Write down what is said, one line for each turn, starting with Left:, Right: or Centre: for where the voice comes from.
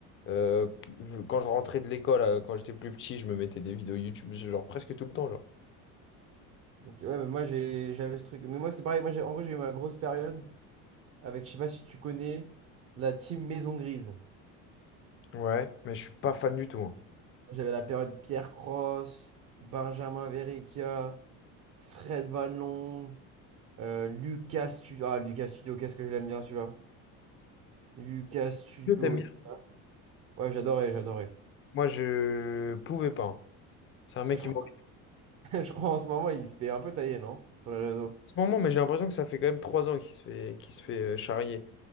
Left: Euh, je- quand je rentrais de l'école, euh, quand j'étais plus petit, je me mettais des vidéos YouTube, genre presque tout le temps, genre.
Right: Ok, ouais, mais moi, j'ai, j'avais ce truc. Mais moi, c'est pareil. Moi, j'ai, en gros, j'ai eu ma grosse période avec, je sais pas si tu connais, la team Maison Grise. Moi,
Left: Ouais, mais je suis pas fan du tout. hein.
Right: J'avais la période Pierre Cross, Benjamin Verrecchia, Fred Vallon, euh, Lucas Studio. Ah, Lucas Studio, qu'est-ce que je l'aime bien celui-là. Lucas Studio.
Left: Yo, t'aimes bien?
Right: tu vois. Ouais, j'adorais, j'adorais.
Left: Moi, je pouvais pas. hein. C'est un mec
Right: Je
Left: qui
Right: crois,
Left: m'a En
Right: <laughs> je crois en ce moment, il se fait un peu tailler, non? Sur les réseaux.
Left: ce moment, mais j'ai l'impression que ça fait quand même trois ans qu'il se fait, qu'il se fait euh, charrier.